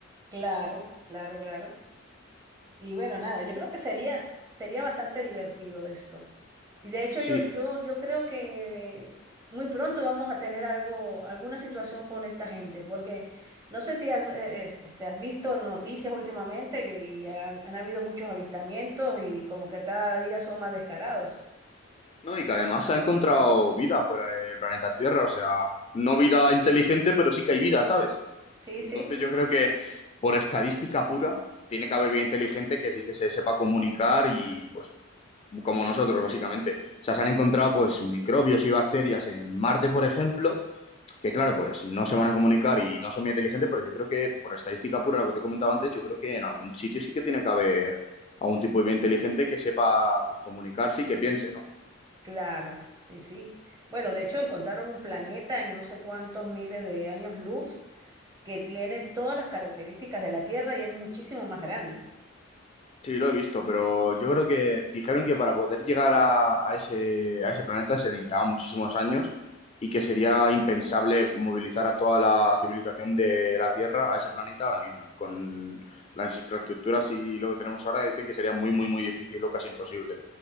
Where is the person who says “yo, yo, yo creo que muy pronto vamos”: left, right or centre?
Right